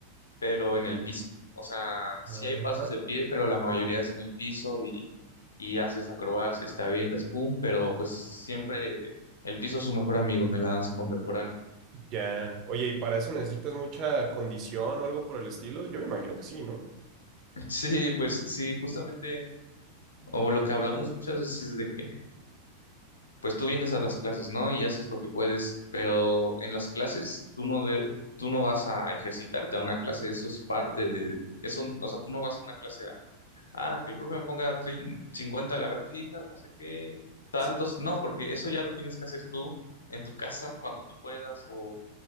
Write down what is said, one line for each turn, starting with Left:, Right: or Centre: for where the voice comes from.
Left: pero en el piso. O sea, sí
Right: Ajá.
Left: hay pasos de pie, pero la mayoría es en el piso y, y haces acrobacias, te avientas, pum, pero pues siempre el piso es su mejor amigo en la danza contemporánea.
Right: Ya. Oye, ¿y para eso necesitas mucha condición o algo por el estilo? Yo me imagino que sí, ¿no?
Left: <laughs> Sí, pues sí, justamente, o lo que hablamos muchas veces es de que pues tú vienes a las clases, ¿no? Y haces lo que puedes, pero en las clases tú no de, tú no vas a ejercitarte a una clase, eso es parte de eso, o sea, tú no vas a una clase a, ah, que el profe me ponga trein- 50 lagartijas, no sé qué, saltos,
Right: Sí,
Left: no, porque eso ya lo tienes que hacer tú en tu casa cuando tú puedas o